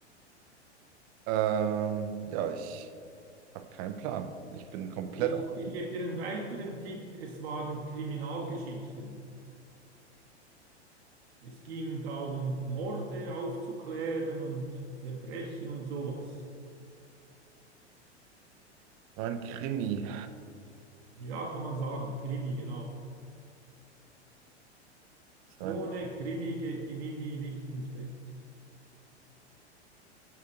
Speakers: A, on the right; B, on the right.
A: Ähm, ja, ich habe keinen Plan. Ich bin komplett
B: Ich,
A: auf.
B: ich gebe dir einen weiteren Tipp. Es waren Kriminalgeschichten. Es ging da um Morde aufzuklären und Verbrechen und sowas.
A: Das war ein Krimi.
B: Ja, kann man sagen, Krimi, genau.
A: Das
B: Ohne
A: war ein
B: Krimi geht die Mimi nicht ins Bett.